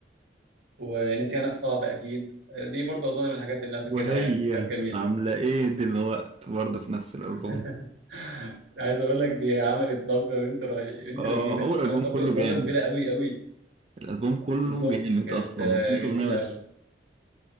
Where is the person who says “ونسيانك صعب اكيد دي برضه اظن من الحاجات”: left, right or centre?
Right